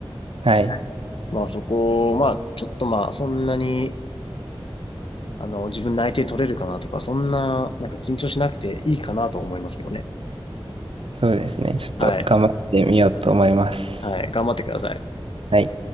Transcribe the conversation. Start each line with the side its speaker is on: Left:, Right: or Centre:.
Right: はい。
Left: はい。まあそこを、まあちょっとまあそんなに、あの、自分内定取れるかなとか、そんな、なんか緊張しなくていいかなと思いますけどね。
Right: そうですね。ちょっと頑張ってみようと思います。
Left: はい。はい。頑張ってください。
Right: はい。